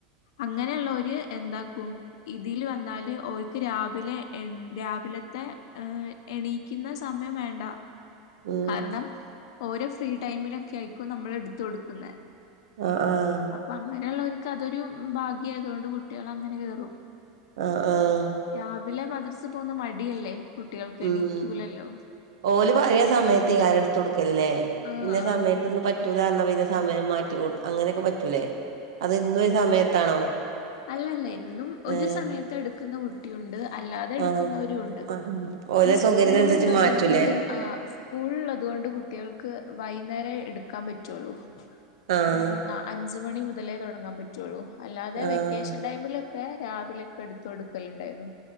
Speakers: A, on the left; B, on the right.
A: അങ്ങനെയുള്ള ഒരു എും ഇതിൽ വന്നല് ഓക്ക് രാവിലെ എ രാവിലത്തെ ഏർ എണീക്കുന്ന സമയം വേണ്ട
B: ആഹ
A: കാരണം ഓരോ ഫ്രീ ടൈമിലൊക്കെ ആയിരിക്കും നമ്മൾ എടുത്ത കൊടുക്കുന്നത്
B: ആഹ് ആഹ്
A: അപ്പൊ അങ്ങനെയുള്ളവർക്ക് അതൊരു ഭാഗ്യയതൊണ്ട് കുട്ടികൾ അങ്ങനെ കേയറും
B: ആഹ് ആഹ്
A: രാവിലെ മദ്‌റസേ പോവുന്നേ മടിയല്ലേ? കുട്ടികൾക്ക്
B: ഉം
A: എണീക്കൂലല്ലോ
B: ഓല് പലെ സമയത്ത് ക്കാരുംഎടുത്ത് കൊടുക്കല്ലേ.
A: ആഹ്
B: ഇന്ന
A: ആഹ്
B: സമയത്തൊന്നും
A: അങ്ങനെ തന്നെ
B: പറ്റൂല്ലറഞ്ഞ പിന്നെ സമയം മാറ്റും അങ്ങനെയൊക്കെ പറ്റൂലേ? അത് എന്നുംരു സമയത്താണോ?
A: അല്ല അല്ല എന്നും ഒരു
B: ഏഹ്
A: സമയത്ത് എടുക്കുന്ന കുട്ടിയുണ്ട് അല്ലാതെ എടുക്കുന്നവരു
B: ആഹ്
A: ഉണ്ട്.
B: ആഹ് ഓലെ
A: ഈ സ്കൂൾ
B: സൗകര്യത്തിനനുസരിച്ച്
A: ഉള്ളത്
B: മാറ്റൂലേ
A: കൊണ്ട് ആ സ്കൂളോള്ളത് കൊണ്ട് കുട്ടികൾക്ക് വൈകുന്നേരം എടുക്ക ക്കാൻ പറ്റുള്ളൂ.
B: ആഹ്
A: ഉം അഞ്ച് മണി മുതലേ തുടങ്ങാൻ പറ്റുള്ളൂ. അല്ലാതെ
B: ആഹ്
A: വെക്കേഷൻ ടൈമിലൊക്കെ രാവിലെക്കെ എടുത്ത്കൊടുക്കലു ണ്ടായിരുന്നു.